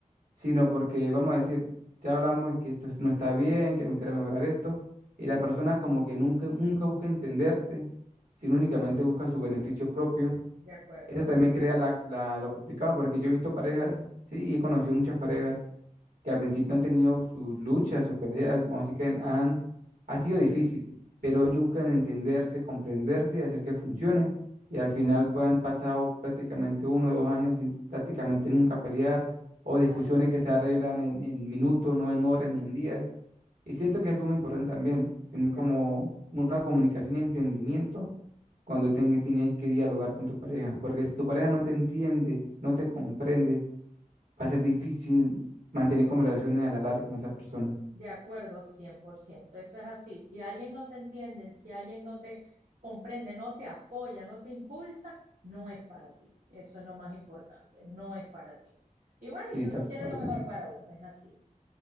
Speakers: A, on the right; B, on the right.
A: sino porque vamos a decir, ya hablamos de que esto no está bien, que me gustaría mejorar esto, y la persona como que nunca, nunca busca entenderte, sino únicamente busca su beneficio propio.
B: De acuerdo,
A: Eso también crea la, la- lo complicado, porque yo he visto parejas, sí, he conocido muchas parejas que al principio han tenido sus luchas, sus peleas, como así que han, han- ha sido difícil, pero ellos buscan entenderse, comprenderse y hacer que funcione. Y al final pues han pasado prácticamente uno o dos años sin prácticamente nunca pelear o
B: claro,
A: discusiones que se arreglan en, en minutos, no en horas ni en días. Y siento que es como importante también tener
B: de
A: como
B: acuerdo.
A: una comunicación y entendimiento cuando ten- tienes que dialogar con tu pareja, porque si tu pareja no te entiende, no te comprende, va a ser difícil mantener conversaciones a la larga con esa persona.
B: De acuerdo, 100%. Eso es así. Si alguien no te entiende, si alguien no te comprende, no te apoya, no te impulsa, no es para ti. Eso es lo más importante, no es para ti. Y bueno,
A: Sí,
B: y uno
A: tal
B: quiere
A: cual.
B: lo mejor para uno, es así.